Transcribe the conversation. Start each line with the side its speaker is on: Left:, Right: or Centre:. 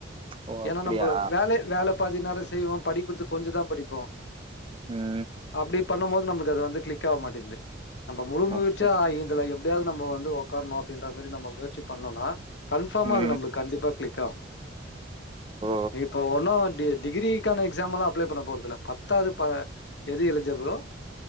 Right: ஓ
Left: ஏன்னா
Right: அப்படியா
Left: நம்மபள வேல வேல பாதி நேரோ செய்வோ படிப்பது கொஞ்சதா படிப்போ
Right: ம்
Left: அப்டி பண்ணு போது நம்ளுக்கு அது வந்து காளிக் ஆக மாட்டேந்து நம்ம முழு முயற்சியா
Right: அப்போ
Left: இதுல எப்டி யாவது நம்ப வந்து உக்காரணு அப்டின்ற மாரி நம்ம முயற்சி பண்ணோனா கன்ஃபாமா
Right: ம்
Left: அது நம்ளுக்கு கண்டிப்பா க்ளிக் ஆவு
Right: ஓ
Left: இப்ப ஒன்னு டி டிகிரி க்னா எக்ஸாம்லா அப்ளே பண்ண போறதுல பத்தாவது அ எது எலிஜபிளோ